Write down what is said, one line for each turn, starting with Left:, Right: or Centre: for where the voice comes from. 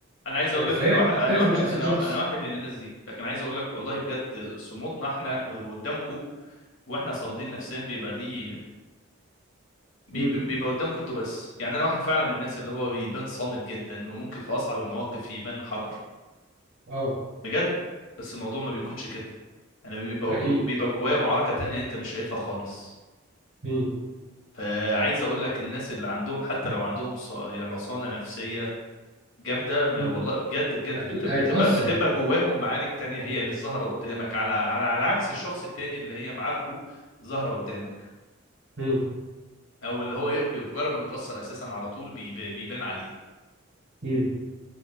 Left: انا عايز
Right: آه،
Left: اقول لك
Right: فهي
Left: انا واحد
Right: بتختلف
Left: انا واحد
Right: من شخص
Left: انا
Right: لشخص
Left: انا واحد من الناس دي لكن عايز اقول لك والله بجد صمودنا احنا قدامكم واحنا صامدين نفسيا بيبقى دي بي-
Right: مم.
Left: بي- بيبقى قدامكم انتوا بس يعني انا واحد فعلا من الناس اللي هو بيبان صامت جدا وممكن في اصعب المواقف يبان حجر
Right: اه
Left: بجد بس الموضوع ما بيكونش كده انا بيبقى
Right: اكيد
Left: جو- بيبقى جوايا معركة تانية انت مش شايفها خالص
Right: مم.
Left: فعايز اقول لك الناس اللي عندهم حتى لو عندهم ص- رصانة نفسية جامدة ما
Right: مم.
Left: والله بجد بجد
Right: اكيد
Left: بت- بتبقى
Right: هيتاثر
Left: بتبقى جواهم معارك تانية هي مش ظاهرة قدامك على على على عكس الشخص التاني اللي هي معاركه ظاهرة قدامك
Right: مم.
Left: او اللي هو ي- بمجرد ما بيتأثر اساسا على طول بي- بيبان عليه
Right: مم.